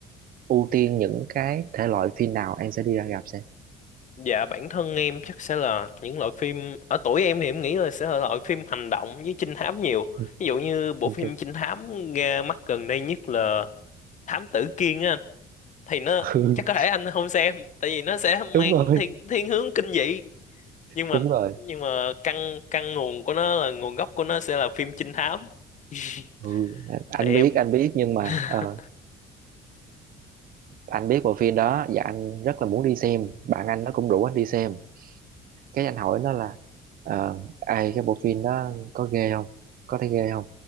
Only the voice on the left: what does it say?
dạ bản thân em chắc sẽ là những loại phim ở tuổi em thì em nghĩ là sẽ là loại phim hành động với trinh thám nhiều
ví dụ như bộ
phim
trinh thám ra mắt gần đây nhất là Thám tử Kiên á anh, thì nó
chắc có thể anh không xem tại vì nó sẽ
mang
thiên thiên hướng kinh dị nhưng mà
nhưng mà căn căn nguồn của nó là nguồn gốc của nó sẽ là phim trinh thám <laughs>
thì em
<laughs>